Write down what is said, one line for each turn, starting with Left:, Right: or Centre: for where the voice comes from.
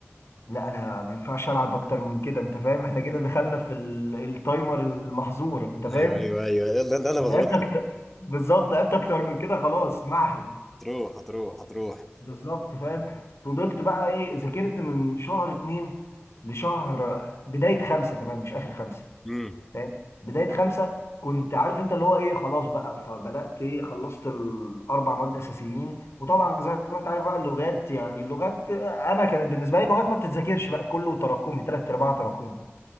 Left: لا انا ما ينفعش العب اكتر من كده انت فاهم <laughs> احنا كده دخلنا في ال- التايمر المحظور انت فاهم
Centre: ايوه ايوه ايوه يلا ده انا
Left: لعبت
Centre: بغوط
Left: اكتر بالظبط لعبت اكتر من كده خلاص معهد
Centre: هتروح هتروح هتروح
Left: بالظبط فاهم فضلت بقى ايه ذاكرت من شهر اتنين لشهر بداية خمسة كمان مش اخر خمسة
Centre: مم.
Left: فاهم بدايه خمسه كنت عارف انت اللي هو ايه خلاص بقى فبدات ايه خلصت الاربع مواد اساسيين وطبعا زي ما انت عارف بقى اللغات يعني اللغات انا كانت بالنسبه لي لغات ما بتتذاكرش بقى كله تراكمي ثلاث ارباع تراكمي